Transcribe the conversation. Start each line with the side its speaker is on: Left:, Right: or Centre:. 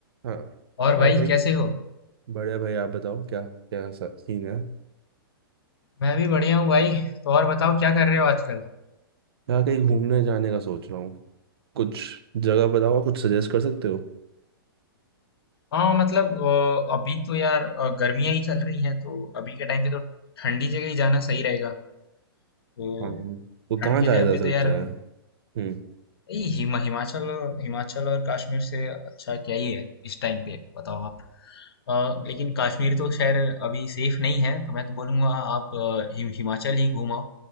Right: हाँ
Left: और भाई
Right: और भाई
Left: कैसे हो
Right: बढ़िया भाई आप बताओ क्या क्या सीन है
Left: मैं भी बढ़िया हूँ भाई तो और बताओ क्या कर रहे हो आजकल
Right: यहाँ कहीं घूमने जाने का सोच रहा हूँ कुछ जगह बताओ आप कुछ सजेस्ट कर सकते हो
Left: हाँ मतलब अ, अभी तो यार अ, गर्मियाँ ही चल रही हैं तो अभी के टाइम पे तो ठंडी जगह ही जाना सही रहेगा तो
Right: हाँ
Left: ठंड
Right: तो कहाँ
Left: की
Right: जाया
Left: जगह
Right: जा
Left: पे
Right: सकता
Left: तो यार
Right: है हम्म
Left: ये हिमा, हिमाचल और हिमाचल और कश्मीर से अच्छा क्या ही है इस टाइम पे बताओ आप अ, लेकिन कश्मीर तो खैर अभी सेफ नहीं है तो मैं तो बोलूँगा आप अ, हिम- हिमाचल ही घूमो